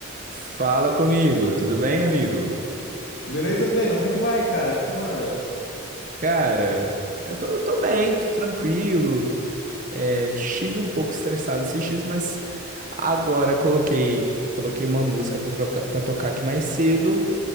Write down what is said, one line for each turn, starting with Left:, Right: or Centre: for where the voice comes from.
Right: Fala comigo, tudo bem, amigo?
Left: Beleza, Breno? Como é que vai, cara? O que que manda?
Right: Cara, eu tô, eu tô bem, tô tranquilo. É, estive um pouco estressado esses dias, mas agora coloquei, coloquei uma música pra troca- pra tocar aqui mais cedo